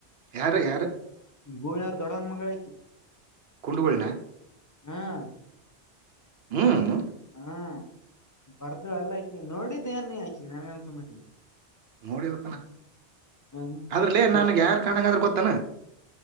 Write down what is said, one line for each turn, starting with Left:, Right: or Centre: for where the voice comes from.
Right: ಯಾರು ಯಾರು
Left: ಗೂಳಿಯಾರ್ ದೊಡ್ಡನ್ ಮಗಳಕ
Right: ಕುೊಂಡಕೊಳ್ಳಣ
Left: ಹ್ಮ್
Right: ಹ್ಮ್
Left: ಹಾ ಬರ್ದ ಅಲ್ಲ ಆಾಕಿ ನೋಡಿದ್ದ ಏನ್ ಆಾಕ ನನ್ಗೆ ಅನ್ಸಂಬಿಟ್ಟೀನಿ
Right: ನೋಡಿಲ್
Left: ಹ್ಮ
Right: ಅದ್ರಲ್ಲೇ ನನ್ಗೆ ಯಾರ್ ಕಣಂಗ ಆದ್ರ ಗೊತ್ತಾನ